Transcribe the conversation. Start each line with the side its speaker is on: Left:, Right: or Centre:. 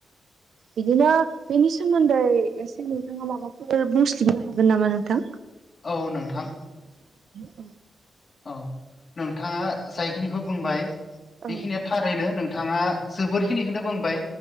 Right: बिदिनो बेनि सोमोन्दै एसे नोंथाङा माबाफोर बुंस्लिबनो हागोन नामा नोंथां
Left: औ नोंथां
Right: <unintelligible>
Left: औ नोंथाङा जायखिनिखौ बुंबाय
Right: औ
Left: बेखिनिया थारैनो नोंथाङा जोबोरखिनिखौनो बुंबाय